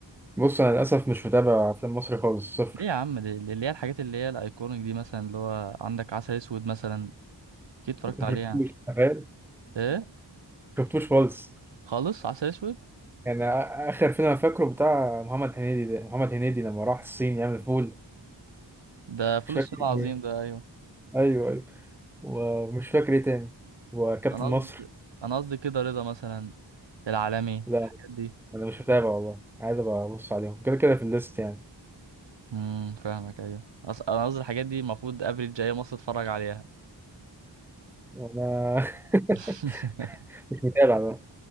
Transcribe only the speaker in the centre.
بص أنا للأسف مش متابع أفلام مصري خالص صفر
<laughs>
شفتوش
تخيل
شفتوش خالص
يعني آ- آخر فيلم أنا فاكره بتاع محمد هنيدي ده محمد هنيدي لما راح الصين يعمل فول
مش فاكر
إيه
أيوه أيوه ومش فاكر إيه تاني وكابتن
مصر
لا
انا مش متابع والله عايز ابقى ابص عليهم كده كده في الليست يعني
وانا <laughs>
مش متابع بقى